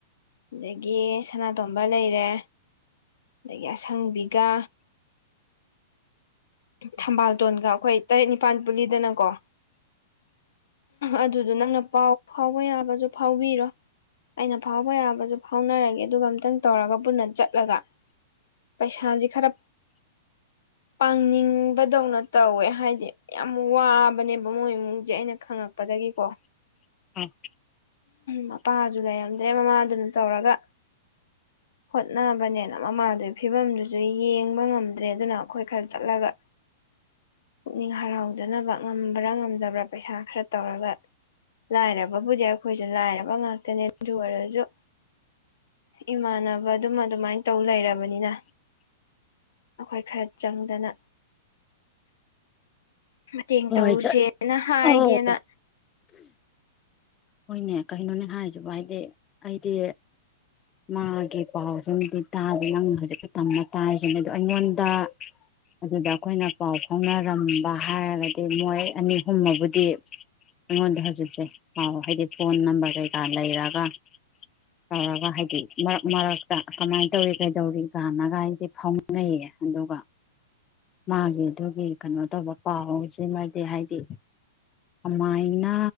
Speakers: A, on the left (about 75°); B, on the left (about 20°).
A: ꯑꯗꯒꯤ ꯁꯅꯥꯇꯣꯝꯕ ꯂꯩꯔꯦ ꯑꯗꯒꯤ ꯑꯁꯪꯕꯤꯒ ꯊꯝꯕꯥꯜꯇꯣꯟꯒ ꯑꯩꯈꯣꯏ ꯇꯔꯦꯠ ꯅꯤꯄꯥꯜ ꯄꯨꯂꯤꯗꯅꯀꯣ ꯑꯗꯨꯗꯣ ꯅꯪꯅ ꯄꯥꯎ ꯐꯥꯎꯕ ꯌꯥꯕꯁꯨ ꯐꯥꯎꯕꯤꯔꯣ ꯑꯩꯅ ꯐꯥꯎꯕ ꯌꯥꯕꯁꯨ ꯐꯥꯎꯅꯔꯒꯦ ꯑꯗꯨꯒ ꯑꯝꯇꯪ ꯇꯧꯔꯒ ꯄꯨꯟꯅ ꯆꯠꯂꯒ ꯄꯩꯁꯥꯁꯦ ꯈꯔ ꯄꯥꯡꯅꯤꯡꯕꯗꯧꯅ ꯇꯧꯋꯦ ꯍꯥꯏꯗꯤ ꯌꯥꯝ ꯋꯥꯕꯅꯦꯕ ꯃꯣꯏ ꯏꯃꯨꯡꯖꯦ ꯑꯩꯅ ꯈꯪꯉꯛꯄꯗꯒꯤꯀꯣ
B: ꯑ
A: ꯃꯄꯥꯁꯨ ꯂꯩꯔꯝꯗ꯭ꯔꯦ ꯃꯃꯥꯗꯨꯅ ꯇꯧꯔꯒ ꯍꯣꯠꯅꯕꯅꯦꯅ ꯃꯃꯥꯗꯨꯒꯤ ꯐꯤꯕꯝꯗꯨꯁꯨ ꯌꯦꯡꯕ ꯉꯝꯗ꯭ꯔꯦ ꯑꯗꯨꯅ ꯑꯩꯈꯣꯏ ꯈꯔ ꯆꯠꯂꯒ ꯄꯨꯛꯅꯤꯡ ꯍꯔꯥꯎꯖꯅꯕ ꯉꯝꯕ꯭ꯔꯥ ꯉꯝꯗꯕ꯭ꯔꯥ ꯄꯩꯁꯥ ꯈꯔ ꯇꯧꯔꯒ ꯂꯥꯏꯔꯕꯕꯨꯗꯤ ꯑꯩꯈꯣꯏꯁꯨ ꯂꯥꯏꯔꯕ ꯉꯥꯛꯇꯅꯦ ꯑꯗꯨ ꯑꯣꯏꯔꯁꯨ ꯏꯃꯥꯟꯅꯕ ꯗꯨꯝꯃ ꯑꯗꯨꯃꯥꯏꯅ ꯇꯧ ꯂꯩꯔꯕꯅꯤꯅ ꯑꯩꯈꯣꯏ ꯈꯔ ꯆꯪꯗꯅ ꯇꯦꯡ
B: ꯍꯣꯏ
A: ꯇꯧꯔꯨꯁꯦꯅ
B: ꯆꯠ
A: ꯍꯥꯏꯒꯦꯅ
B: ꯑꯧ ꯍꯣꯏꯅꯦ ꯀꯩꯅꯣꯅꯦ ꯍꯥꯏꯁꯤꯕꯣ ꯍꯥꯏꯗꯤ ꯑꯩꯗꯤ ꯃꯥꯒꯤ ꯄꯥꯎꯁꯤꯃꯗꯤ ꯇꯥꯗꯦ ꯅꯪꯅ ꯍꯧꯖꯤꯛꯇ ꯇꯝꯃ ꯇꯥꯔꯤꯁꯤꯅꯦ ꯑꯗꯨ ꯑꯩꯉꯣꯟꯗ ꯑꯗꯨꯗ ꯑꯩꯈꯣꯏꯅ ꯄꯥꯎ ꯐꯥꯎꯅꯔꯝꯕ ꯍꯥꯏꯔꯒꯗꯤ ꯃꯣꯏ ꯑꯅꯤ ꯑꯨꯝꯃꯕꯨꯗꯤ ꯑꯩꯉꯣꯟꯗ ꯍꯧꯖꯤꯛꯁꯦ ꯄꯥꯎ ꯍꯥꯏꯗꯤ ꯐꯣꯟ ꯅꯝꯕꯔ ꯀꯩꯀꯥ ꯂꯩꯔꯒ ꯇꯧꯔꯒ ꯍꯥꯏꯗꯤ ꯃꯔꯛ ꯃꯔꯛꯇ ꯀꯃꯥꯏꯅ ꯇꯧꯔꯤ ꯀꯩꯗꯧꯔꯤ ꯀꯥꯟꯅꯒ ꯍꯥꯏꯗꯤ ꯐꯥꯎꯅꯩꯌꯦ ꯑꯗꯨꯒ ꯃꯥꯒꯤꯗꯨꯒꯤ ꯀꯩꯅꯣ ꯇꯧꯕ ꯄꯥꯎꯁꯤꯃꯗꯤ ꯍꯥꯏꯗꯤ ꯀꯃꯥꯏꯅ